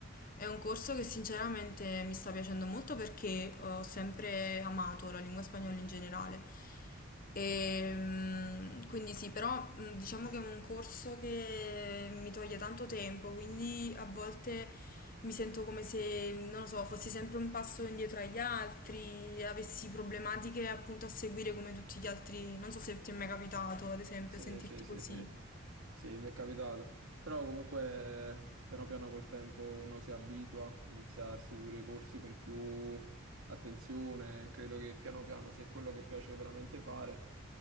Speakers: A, on the left; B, on the right.
A: è un corso che sinceramente mi sta piacendo molto perché ho sempre amato la lingua spagnola in generale. E, mm, quindi sì, però mm, diciamo che è un corso che mi toglie tanto tempo, quindi a volte mi sento come se, non lo so, fossi sempre un passo indietro agli altri, avessi problematiche appunto a seguire come tutti gli altri. Non so se ti è mai capitato, ad esempio,
B: Sì,
A: sentirti
B: sì, sì,
A: così.
B: sì, sì, mi è capitato. Però comunque piano piano col tempo uno si abitua, inizia a seguire i corsi con più attenzione. Credo che piano piano, se è quello che piace veramente fare,